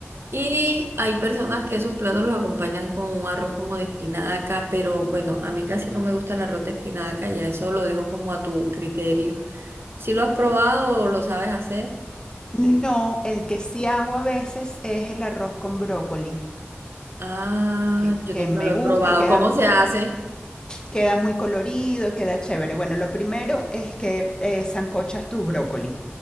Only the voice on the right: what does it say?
Y hay personas que esos platos los acompañan con un arroz como de espinaca, pero bueno, a mí casi no me gusta el arroz de espinaca, ya eso lo dejo como a tu criterio. Si lo has probado o lo sabes hacer,
ah,
yo
nunca
lo
he probado.
¿Cómo se hace?